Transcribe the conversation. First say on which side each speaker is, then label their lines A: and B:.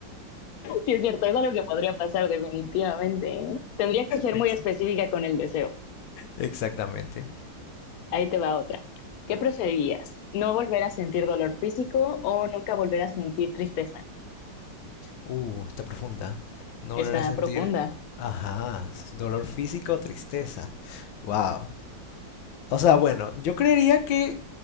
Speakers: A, on the left (about 70°); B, on the left (about 90°).
A: Sí, es cierto, es algo que podría pasar definitivamente. ¿eh? Tendría que ser
B: Ex-
A: muy específica con el deseo.
B: Exactamente.
A: Ahí te va otra. ¿Qué preferirías? ¿No volver a sentir dolor físico o nunca volver a sentir tristeza?
B: Uh, está profunda. No
A: Está
B: volver a sentir,
A: profunda.
B: ajá, dolor físico o tristeza. Wow. O sea, bueno, yo creería que